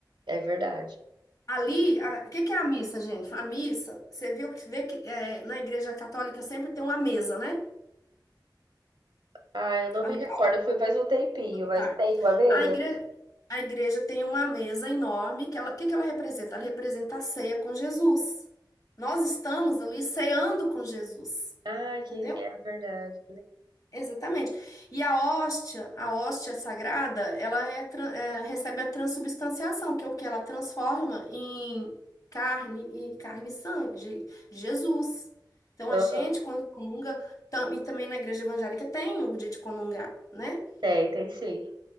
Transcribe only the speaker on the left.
Ali, a- o que que é a missa, gente? A missa, você viu que vê que é, na igreja católica sempre tem uma mesa, né?
Lá
no
Tá.
A igre- a igreja tem uma mesa enorme que ela, o que que ela representa? Ela representa a ceia com Jesus. Nós estamos ali ceando com Jesus.
Entendeu?
Exatamente. E a hóstia, a hóstia sagrada, ela é tra- é, recebe a transubstanciação, que é o que ela transforma em carne e carne e sangue de de Jesus. Então
a gente, quando comunga, tam- e também na igreja evangélica tem o dia de comungar, né?